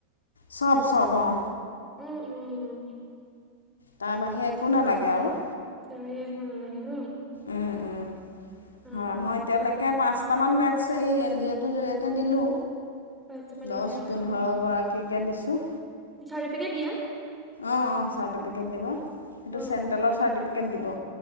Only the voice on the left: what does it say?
চব চব অহ
তাৰ বাহিৰে একো নালাগে আৰু
উম উম।
হয় মই এতিয়ালৈকে পাঁচটামান বেটছ এই এন জি অ'টোৰ জৰিয়তে দিলোঁ
দহ
পোন্ধৰ
গৰাকীকে দিছো
অঁ অঁ চাৰ্টিফিকেট দিব সেইটো
চেণ্ট্ৰেলৰ
চাৰ্টিফিকেট দিব।